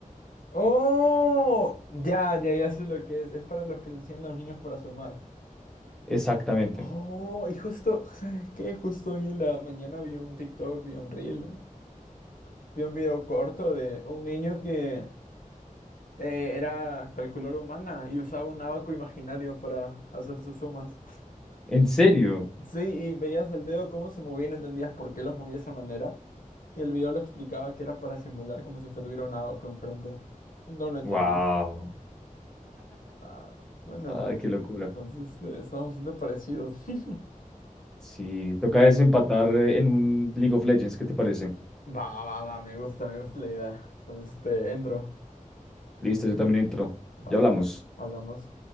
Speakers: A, on the left; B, in the centre.
A: ¡Oh! Ya, ya, ya sé lo que es. Es para los que le enseñan a los niños para sumar.
B: Exactamente.
A: Oh, y justo, ¿sabes qué? Justo hoy en la mañana vi un TikTok, vi un reel, ¿no? Vi un video corto de un niño que eh, era calculadora humana y usaba un abaco imaginario para hacer sus sumas.
B: ¿En serio?
A: Sí, y veías el dedo cómo se movía y no entendías por qué los movía de esa manera. Y el video lo explicaba que era para simular como si fue- tuviera un abaco enfrente. No lo entendí.
B: Wow.
A: Ah, bueno,
B: Ay, qué locura.
A: entonces eh, estamos bastante parecidos. <laughs>
B: Sí, toca desempatar eh, en un League of Legends, ¿qué te parece?
A: Va, va, va, me gusta, me gusta la idea. Entonces, este, entro.
B: Listo, yo también entro.
A: Va,
B: Ya hablamos.
A: hablamos.